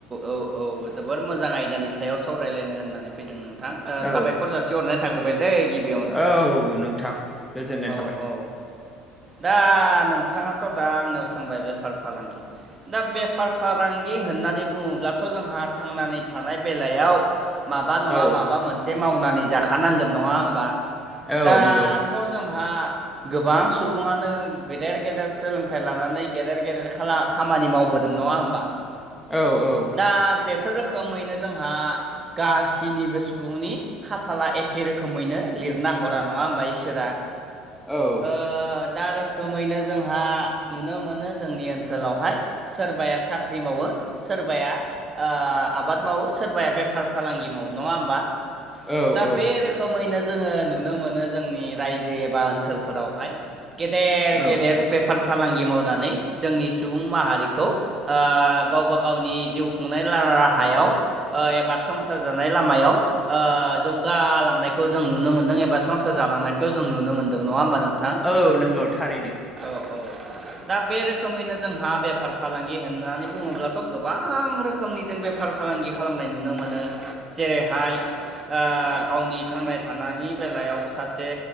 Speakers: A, on the right; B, in the centre.
A: औ औ जोबोर मोजां आयदानि सायाव सावरायलायनो होननानै फैदों नोंथां। ओ
B: औ
A: साबायखर जासि हरनाय थाग्रोबाय दै गिबि
B: औ नोंथां। गोजोननाय
A: औ
B: थाबाय
A: औ दा नोंथाङाथ' दा आंनियाव सोंबाय बेफार- फालांगि दा बेफार फालांगि होननानै बुङोब्लाथ' जोंहा थांनानै थानाय बेलायाव माबा नङा
B: औ
A: माबा मोनसे मावनानै जाखानांगोन नङा होमबा?
B: औ
A: दा
B: नंगौ
A: जोंहा गोबां सुबुङानो गेदेर गेदेर सोलोंथाइ लानानै गेदेर गेदेर <unintelligible> खामानि मावबोदों नङा होमबा?
B: औ औ।
A: दा बेफोर रोखोमैनो जोंहा गासैनिबो सुबुंनि खाफाला एखे रोखोमैनो लिरना हरा नङा होमबा? इसोरा
B: औ।
A: ओ दा रोखोमैनो जोंहा नुनो मोनो जोंनि ओनसोलावहाय सोरबाया साख्रि मावो सोरबाया ओ आबाद मावो सोरबाया बेफार फालांगि मावो नङा होमबा?
B: औ
A: दा बे रोखोमैनो जोङो नुनो मोनो जोंनि रायजो जे एबा ओनसोलफोरावहाय गेदेर
B: औ
A: गेदेर बेफार- फालांगि मावनानै जोंनि सुबुं माहारिखौ गावबा गावनि जिउ खुंनाय रा-राहायाव ओ एबा संसार जानाय लामायाव ओ जौगालांनायखौ जों नुनो मोनदों एबा संसार जालांनायखौ जों नुनो मोन्दों नङा होमबा नोंथां?
B: औ नंगौ थारैनो।
A: औ औ। दा बे रोखोमैनो जोंहा बेफार- फालांगि होननानै बुङोब्लाथ' गोबां रोखोम रोखोमनि जों बेफार -फालांगि खालामनाय नुनो मोनो जेरैहाय ओ गावनि थांना थानायनि बेलायाव सासे